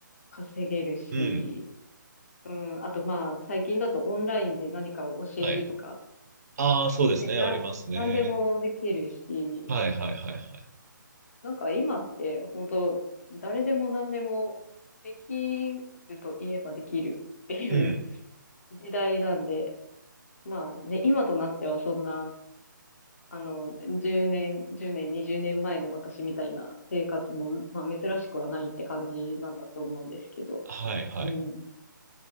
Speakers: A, on the left; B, on the right.
A: 稼げるし、
B: うん。
A: うん、あとまあ、最近だとオンラインで何かを教えるとか、
B: はい。ああ、そうですね。
A: ね、な、
B: ありますね。
A: 何でもできるし、
B: はいはいはいはい。
A: なんか今って本当誰でも何でもできると言えばできるっていう
B: うん。
A: 時代なんで、まあね、今となってはそんな、あの、10年、10年、20年前の私みたいな生活も、まあ、珍しくはないって感じなんだと思うんですけど、
B: はいはい。
A: うん。